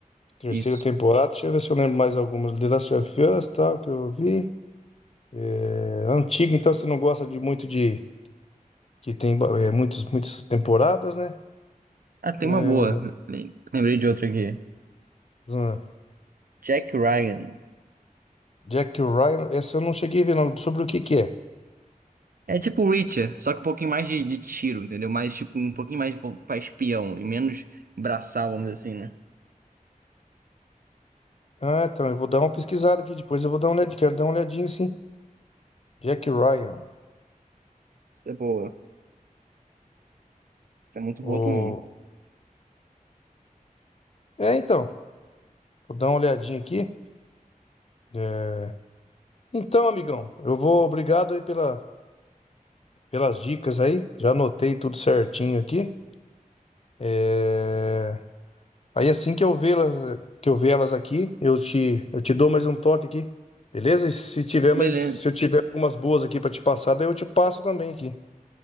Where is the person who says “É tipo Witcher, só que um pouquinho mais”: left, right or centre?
Right